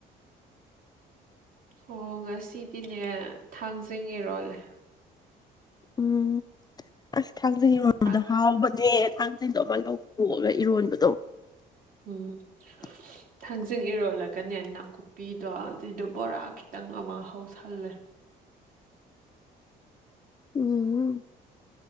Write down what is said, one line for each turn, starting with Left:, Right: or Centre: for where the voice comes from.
Right: ꯑꯣ ꯉꯁꯤꯗꯤꯅꯦ ꯊꯥꯡꯖꯤꯡ ꯏꯔꯣꯜꯂꯦ
Left: ꯎꯝ ꯑꯁ ꯊꯥꯡꯖꯉꯤ ꯃꯗꯣ
Right: ꯊꯥꯡ
Left: ꯍꯥꯎꯕꯅꯦ ꯀꯗꯣ ꯑꯃ ꯂꯧꯊꯣꯛꯑꯒ ꯏꯔꯣꯟꯕꯗꯣ
Right: ꯎꯝ
Left: <unintelligible>
Right: ꯊꯥꯡꯖꯤꯡ ꯏꯔꯣꯜꯂꯒꯅꯦ ꯅꯥꯀꯨꯞꯄꯤꯗꯣ ꯑꯗꯨꯏꯗꯣ ꯕꯣꯔꯥ ꯈꯤꯇꯪ ꯑꯃ ꯍꯧꯁꯜꯂꯦ
Left: ꯎꯝ ꯎꯝ